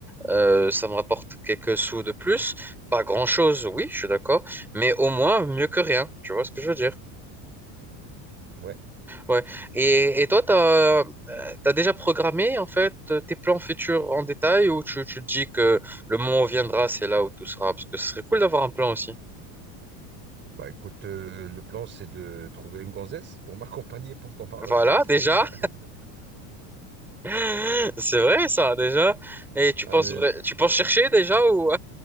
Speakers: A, in the centre; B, on the right (about 25°).
A: Euh, ça me rapporte quelques sous de plus. Pas grand-chose, oui, je suis d'accord. Mais au moins, mieux que rien. Tu vois ce que je veux dire?
B: Ouais.
A: Ouais. Et, et toi, t'as as, déjà programmé, en fait, tes plans futurs en détail ou tu, tu te dis que le moment viendra, c'est là où tout sera? Parce que ce serait cool d'avoir un plan aussi.
B: Bah écoute, euh, le plan, c'est de trouver une gonzesse pour <laughs> m'accompagner pendant ma retraite.
A: Voilà, déjà.
B: <laughs>
A: <laughs> C'est vrai, ça, déjà. Et tu penses,
B: Euh,
A: vrai- tu penses chercher déjà ou...